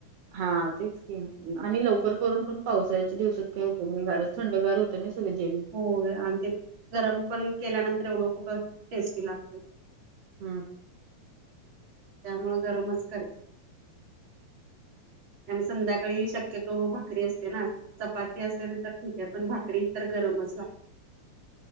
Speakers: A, on the right; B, on the right.
A: हा तेच के आणि लवकर करून पण पावसाच्या दिवसात काही उपयोग नाही घारच थंडगार होतं ना सगं जेवण
B: होय आणि ते गरम पण केल्यानंतर एवढं खूप टेस्टी लागते.
A: हम
B: त्यामुं गरमच करते. आणि संध्याकाळी शक्यतो भाकरी असते ना. चपाती असेल तर ठीक आहे पण भाकरी तर गरमच लागते.